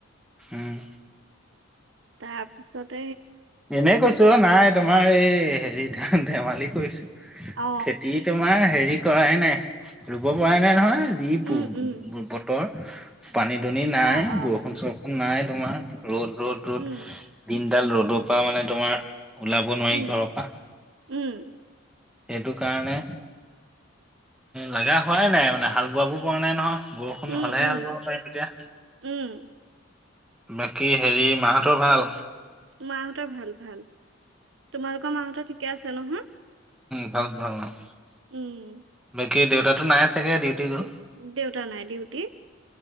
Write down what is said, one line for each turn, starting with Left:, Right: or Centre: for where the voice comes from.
Centre: হম
Right: তাৰপিছত
Centre: এনে কৈছো নাই তোমাৰ এই হেৰি ধ ধেমালি কৰিছো,
Right: অ
Centre: খেতি তোমাৰ হেৰি কৰাই নাই ৰুব পৰা নাই নহয় যি
Right: উম উম
Centre: বতৰ পানী দুনি নাই,
Right: অ অ
Centre: বৰষুণ-চৰষুণ নাই, তোমাৰ ৰ'দ-ৰ'দ-ৰ'দ
Right: উম
Centre: দিনডাল ৰ'দক পৰা মানে তোমাৰ ওলাব নোৱাৰি
Right: উম
Centre: ঘৰৰ পৰা।
Right: উম
Centre: সেইটো কাৰণে লগা হোৱাই নাই মানে হাল বোৱাব পৰা নাই নহয়। বৰষুণ
Right: উম,
Centre: হলেহে
Right: উম,
Centre: হাল বাব পাৰিম এতিয়া।
Right: উম,
Centre: বাকী হেৰি মাহঁতৰ ভাল?
Right: মাহঁতৰ ভাল-ভাল। তোমালোকৰ মাহঁতৰ ঠিকে আছে নহয়
Centre: অঁ <unintelligible>
Right: উম।
Centre: কি দেউতাটো নাই চাগে ডিউটি গ'ল
Right: উম দেউতা নাই ডিউটি,